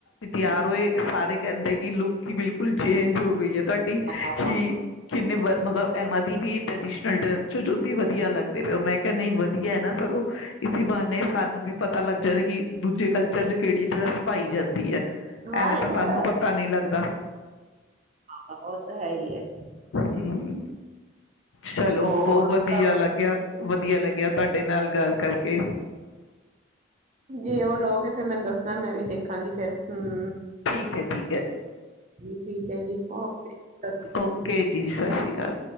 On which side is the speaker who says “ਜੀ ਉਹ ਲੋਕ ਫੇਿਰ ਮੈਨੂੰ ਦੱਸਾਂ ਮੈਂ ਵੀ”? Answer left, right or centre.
Right